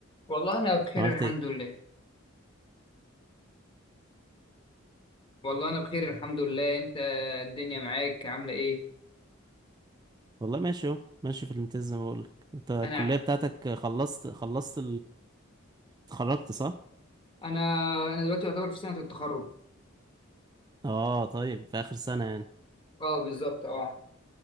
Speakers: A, on the left; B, on the right.
A: والله انا بخير
B: عملت
A: الحمد
B: ايه؟
A: لله والله انا بخير الحمد لله انت الدنيا معاك عاملة ايه
B: والله ماشي اهو ماشي في الامتياز زي ما بقولك انت الكلية
A: انا
B: بتاعتك خلصت خلصت اتخرجت صح؟
A: انا انا دلوقتي يعتبر في سنة التخرج
B: اه طيب في آخر سنة يعني
A: اه بالظبط اه